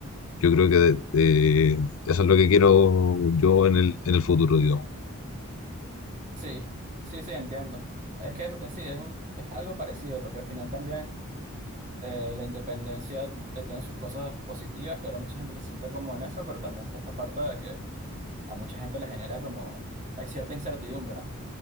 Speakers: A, on the left; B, on the right.
A: yo creo que eh, eso es lo que quiero yo en el, en el futuro, digamos.
B: Sí, sí, sí, entiendo. Es que eh, sí, es un, es algo parecido, porque al final también eh, la independencia eh, tiene sus cosas positivas, que ahora mucha gente que se sienta como en eso, pero también está esta parte de que a mucha gente le genera como, hay cierta incertidumbre, ¿no?